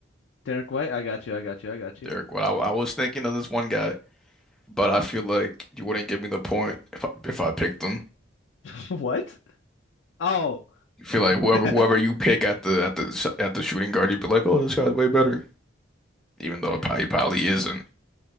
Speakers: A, on the left; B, in the centre.
A: Derek White, I got you, I got you, I got you.
B: Derek White. I, I was thinking of this one guy, but I feel like you wouldn't give me the point if I, if I picked him.
A: <laughs> What? Oh,
B: You feel like whoever
A: <laughs>
B: whoever you pick at the at the s- at the shooting guard, you'd be like, oh, this guy's way better, even though
A: Yeah.
B: it probably, he probably isn't. You